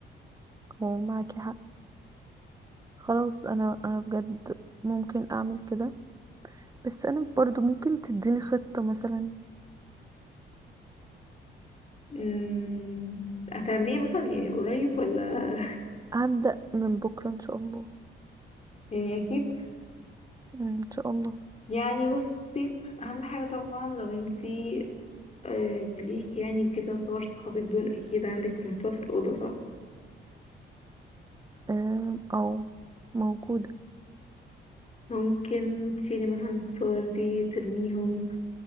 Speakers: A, on the right; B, on the left.
A: هو معاكي حق خلاص انا انا بجد ممكن اعمل كده بس انا برضو ممكن تديني خطة مثلا
B: مم، هتعمليه مثلا يعني قريب ولا
A: هبدأ من بكرة ان شاء الله
B: <laughs> يعني أكيد
A: مم، ان شاء الله
B: يعني بصي اهم حاجه طبعا لو انتي آه ليك يعني كده صور صحابك دول اكيد عندك في محتوى في الاوضه صح
A: آه، أو موجودة
B: ممكن تشيلي مثلا الصور دي ترميهم